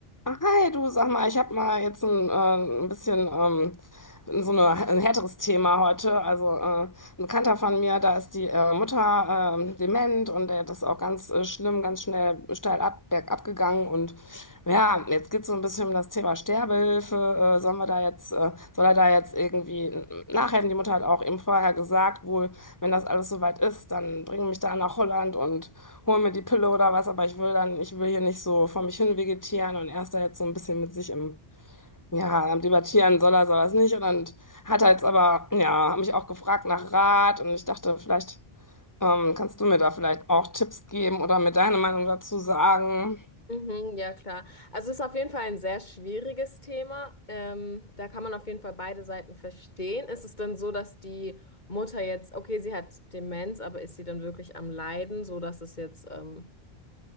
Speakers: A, on the left; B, on the left.
A: Hi, du, sag mal, ich habe mal jetzt ein, äh, ein bisschen ähm, so eine, ein härteres Thema heute. Also äh, ein Bekannter von mir, da ist die äh, Mutter ähm, dement und der ist auch ganz äh, schlimm, ganz schnell steil ab, bergab gegangen. Und ja, jetzt geht es so ein bisschen um das Thema Sterbehilfe. Äh, sollen wir da jetzt, äh, soll er da jetzt irgendwie nachhelfen? Die Mutter hat auch eben vorher gesagt, wohl, wenn das alles soweit ist, dann bring mich da nach Holland und hol mir die Pille oder was, aber ich will dann, ich will hier nicht so vor mich hin vegetieren und er ist da jetzt so ein bisschen mit sich im, ja, am Debattieren, soll er, soll er es nicht. Und dann hat er jetzt aber, ja, hat mich auch gefragt nach Rat und ich dachte, vielleicht ähm, kannst du mir da vielleicht auch Tipps geben oder mir deine Meinung dazu sagen.
B: Mhm, ja, klar. Also es ist auf jeden Fall ein sehr schwieriges Thema. Ähm, da kann man auf jeden Fall beide Seiten verstehen. Ist es denn so, dass die Mutter jetzt, okay, sie hat Demenz, aber ist sie dann wirklich am Leiden, so dass es jetzt, ähm,